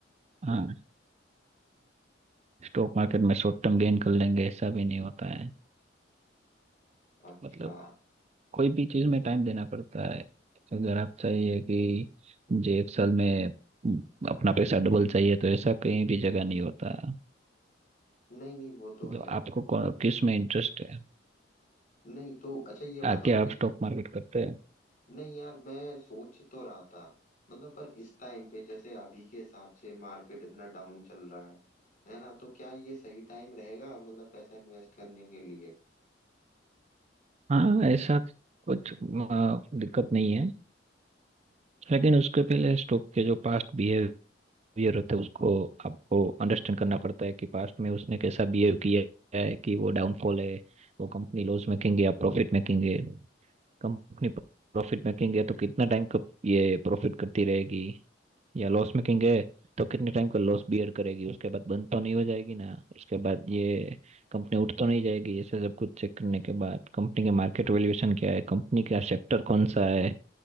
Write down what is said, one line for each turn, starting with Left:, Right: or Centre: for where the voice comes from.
Right: हाँ स्टॉक मार्केट में शॉर्ट टर्म गेन कर लेंगे ऐसा भी नहीं होता है
Left: अच्छा
Right: मतलब कोई भी चीज में टाइम देना पड़ता है अगर आप चाहिए कि मुझे एक साल में अम, अपना पैसा डबल चाहिए तो ऐसा कहीं भी जगह नहीं होता है।
Left: नहीं नहीं वो तो
Right: मतलब
Left: है
Right: आपको कौन- किस में इंटरेस्ट है
Left: नहीं तो अच्छा ये बताओ
Right: आके आप
Left: कि
Right: स्टॉक मार्केट करते हैं
Left: नहीं यार मैं सोच तो रहा था मतलब पर इस टाइम पे जैसे अभी के हिसाब से मार्केट इतना डाउन चल रहा है है ना तो क्या ये सही टाइम रहेगा मतलब पैसा इन्वेस्ट करने के लिए
Right: हाँ ऐसा कुछ आ, दिक्कत नहीं है लेकिन उसके पहले स्टोक के जो पास्ट बिहेवियर होते हैं उसको आपको अंडरस्टैंड करना पड़ता है कि पास्ट में उसने कैसा बिहेव किया है कि वो डाउनफॉल है वो कंपनी लॉस मेकिंग है या प्रॉफिट मेकिंग है कंपनी प्रॉफिट मेकिंग है तो कितना टाइम तक ये प्रॉफिट करती रहेगी या लॉस मेकिंग है तो कितने टाइम का लॉस बियर करेगी उसके बाद बंद तो नहीं हो जाएगी ना उसके बाद ये कंपनी उठ तो नहीं जाएगी ऐसे सब कुछ चेक करने के बाद कंपनी के मार्केट वैल्यूएशन क्या है कंपनी का सेक्टर कौन सा है